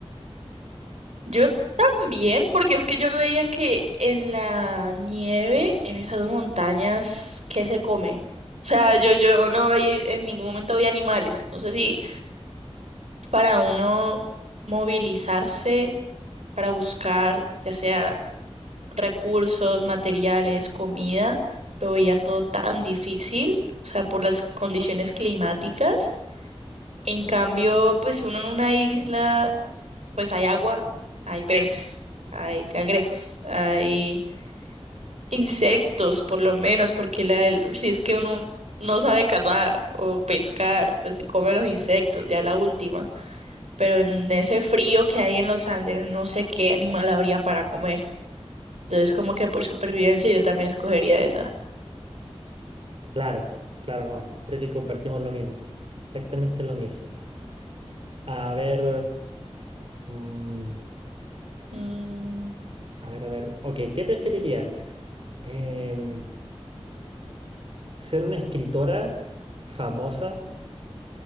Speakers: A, on the right; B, on the right.
A: Yo también, porque es que yo veía que en la nieve, en esas montañas, ¿qué se come? O sea, yo, yo no hay, en ningún momento vi animales. No sé si para uno movilizarse, para buscar, ya sea recursos, materiales, comida, lo veía todo tan difícil, o sea, por las condiciones climáticas. En cambio, pues uno en una isla, pues hay agua, hay peces, hay cangrejos, hay insectos, por lo menos, porque la, el- si es que uno no sabe cazar o pescar, pues se come los insectos, ya la última. Pero en ese frío que hay en los Andes, no sé qué animal habría para comer. Entonces, como que por supervivencia yo también escogería esa.
B: Claro, claro, no. Creo que compartimos lo mismo. Exactamente lo mismo. A ver, mm,
A: Mm,
B: a ver, a ver. Ok, ¿qué preferirías? Em, ¿ser una escritora famosa,